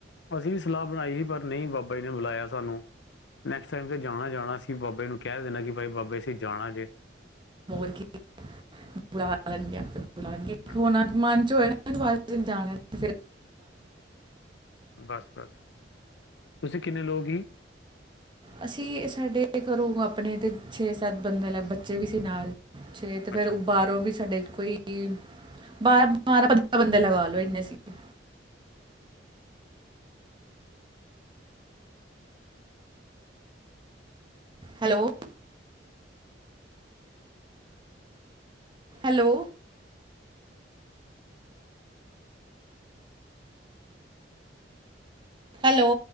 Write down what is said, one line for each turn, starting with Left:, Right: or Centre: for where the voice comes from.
Left: ਅਸੀਂ ਵੀ ਸਲਾਹ ਬਣਾਈ ਸੀ ਪਰ ਨਹੀਂ ਬਾਬਾ ਜੀ ਨੇ ਬੁਲਾਇਆ ਸਾਨੂੰ ਨੈਕਸਟ ਟਾਈਮ ਤੇ ਜਾਣਾ ਜਾਣਾ ਸੀ ਬਾਬੇ ਨੂੰ ਕਹਿ ਦੇਣਾ ਕਿ ਬਾਈ ਬਾਬੇ ਅਸੀਂ ਜਾਣਾ ਜੇ
Right: ਓਰ ਕੀ, ਬੁਲਾ ਲੈਨਗੇ ਆਪੇ ਬੁਲਾਨ ਗੇ
Left: ਹਾਂ,
Right: <unintelligible> ਮਨ ਚ ਓਏ ਨਾ ਜਾ ਫ
Left: ਬਸ ਬਸ ਤੁਸੀਂ ਕਿੰਨੇ ਲੋਕ ਹੀ।
Right: ਅਸੀਂ ਸਾਡੇ ਘਰੋਂ ਆਪਣੇ ਤੇ ਛੇ ਸੱਤ ਬੰਦੇ ਲ ਬੱਚੇ ਵੀ ਸੀ ਨਾਲ ੱਛੇ ਤੇ ਫੇਿਰ
Left: ਅੱਛਾ
Right: ਉਬਾਰੋ ਵੀ ਸਾਡੇ ਕੋਈ ਬਾਰਾਂ ਬਾਰਾਂ ਪੰਦਰਾਂ ਬੰਦੇ ਲਗਾ ਲੋਓ ਇੰਨੇ ਸੀਗੇ। Hello hello hello.